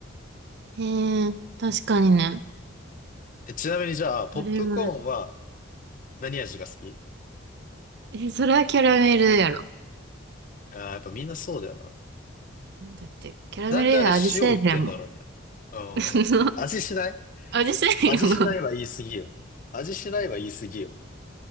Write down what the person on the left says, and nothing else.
え、ちなみにじゃあ、ポップコーンは、
何味が好き
ああー、やっぱみんなそうだよな。
なんであれ塩売ってんだろうね。うん。
味しない
味しないは言い過ぎよ。味しないは言い過ぎよ。